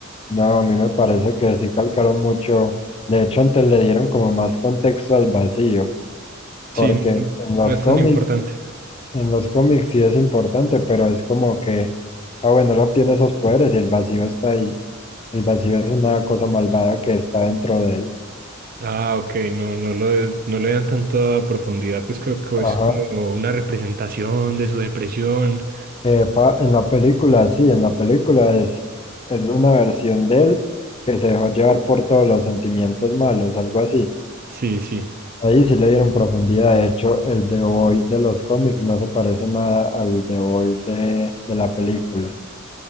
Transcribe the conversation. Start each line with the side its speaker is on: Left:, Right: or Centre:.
Left: no, a mí me parece que sí calcaron mucho. De hecho, antes le dieron como más contexto al vacío,
Right: Sí,
Left: porque en
Right: no,
Left: los
Right: no es
Left: cómics,
Right: tan importante.
Left: en los cómics sí es importante, pero es como que, ah, bueno, él obtiene esos poderes y el vacío está ahí. El vacío es una cosa malvada que está dentro de él.
Right: Ah, ok, no, no lo, no le dan tanta profundidad, pues creo que
Left: Ajá.
Right: es como una representación de su depresión.
Left: Eh, pa- en la película, sí, en la película es, es una versión de él que se dejó llevar por todos los sentimientos malos, algo así.
Right: Sí, sí.
Left: Ahí sí le dieron profundidad. De hecho, el The Void de los cómics no se parece nada al The Void de, de la película.